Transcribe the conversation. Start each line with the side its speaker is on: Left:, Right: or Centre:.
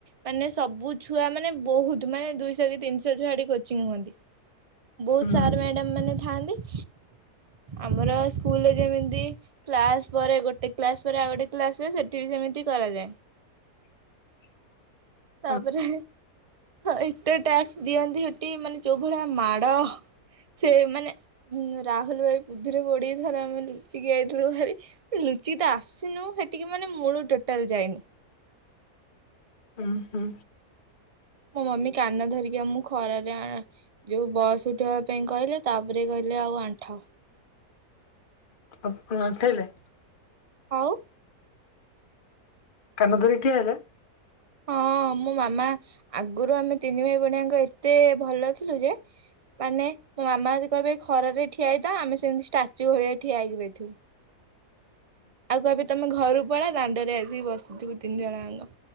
Right: ମାନେ ସବୁ ଛୁଆ ମାନେ ବହୁତ ମାନେ ଦୁଇଶହ କି ତିନିଶହ ଛୁଆ ସେଟି କୋଚିଂ ହୁଅନ୍ତି। ବହୁତ
Left: ହୁଁ
Right: ସାର ମ୍ୟାଡାମ ମାନେ ଥାଆନ୍ତି।
Left: <unintelligible>
Right: ଆମର ସ୍କୁଲରେ ଯେମିତି କ୍ଲାସ ପରେ ଗୋଟେ କ୍ଲାସ ପରେ ଆଉ ଗୋଟେ କ୍ଲାସ ହୁଏ, ସେଠି ବି ସେମିତି କରାଯାଏ।
Left: <inaudible>
Right: ତାପରେ ହଁ ଏତେ ଟ୍ୟାକ୍ସ ଦିଅନ୍ତି ହେଠି, ମାନେ ଯୋଉ ଭଳିଆ ମାଡ। ସେ ମାନେ ରାହୁଲ ଭାଇ ବୁଦ୍ଧିରେ ପଡି ଥର ଆମେ ଲୁଚିକି ଆଇଥିଲୁ ଭାରି। ଲୁଚିକି ତ ଆସିନୁ ହେଟିକି ମାନେ ମୂଳୁରୁ ଟୋଟାଲ ଯାଇନୁ।
Left: ଉଁ ହୁଁ
Right: ମୋ ମମି କାନ ଧରିକି ଆମକୁ ଖରାରେ ଆ ଯୋଉ ବସ ଉଠ ହବାପାଇଁ କହିଲେ ତାପରେ କହିଲେ ଆଉ ଆଣ୍ଠାଅ।
Left: ଆପଣ ଆଣ୍ଠେଇଲେ।
Right: ଆଉ
Left: କାନଧରିକି ଠିଆହେଇଥା।
Right: ହଁ ମୋ ମାମା ଆଗରୁ ଆମେ ତିନି ଭାଇ ଭୋଉଣୀ ଜାଙ୍କ ଏତେ ଭଲ ଥିଲୁ ଯେ ମାନେ ମୋ ମାମା ଯଦି କହିବେ ଖରାରେ ଠିଆ ହେଇଥାଅ। ଆମେ ସେମିତି ଷ୍ଟାଚୁ ଭଳିଆ ଠିଆହେଇ କି ରହିଥିବୁ। ଆଉ କହିବେ ତମେ ଘରୁ ପଳା, ଦାଣ୍ଡରେ ଆସିକି ବସିଥିବୁ ତିନି ଜଣଜାଙ୍କ।